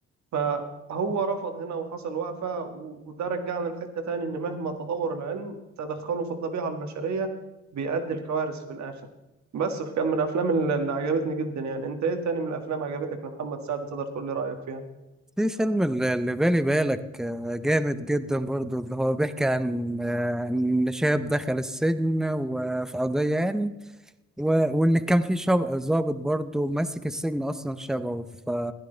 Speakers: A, on the right; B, in the centre.
A: فهو رفض هنا وحصل وقفة و- وده رجعنا لحتة تاني إن مهما تطور العلم تدخله في الطبيعة البشرية بيؤدي لكوارث في الآخر بس فكان من الأفلام اللي اللي عجبتني جدا يعني أنت إيه تاني من الأفلام عجبتك لمحمد سعد تقدر تقول لي رأيك فيها؟
B: في فيلم اللي اللي بالي بالك آه، جامد جدا برضو اللي هو بيحكي عن آه، إن شاب دخل السجن وفي قضية يعني و... وان كان في شاب ضابط برضه ماسك السجن اصلا شبهه ف